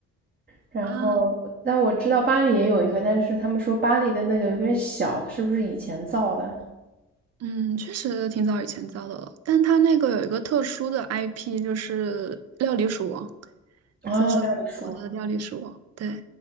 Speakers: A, on the right; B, on the right.
A: 然后，
B: 啊。
A: 但我知道巴黎也有一个，但是他们说巴黎的那个有点小，是不是以前造的？
B: 嗯，确实挺早以前造的了，但它那个有一个特殊的 IP，就是料理鼠王，
A: 哦，
B: 就是法国的料理鼠王。
A: 让你说，
B: 对，